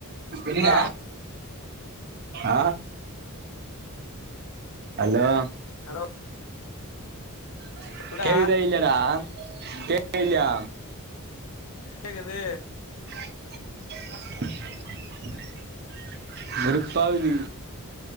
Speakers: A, on the left (about 80°); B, on the right (about 45°).
A: அண்ணா
B: இல்ல ஆ அலோ
A: ஹலோ
B: ஆ
A: சொல்டா
B: கேக்குதா இல்யாடா கேக் தா இல்யா
A: கேக்குது
B: ஹ ஹ ஹ வெறுப்பாகுது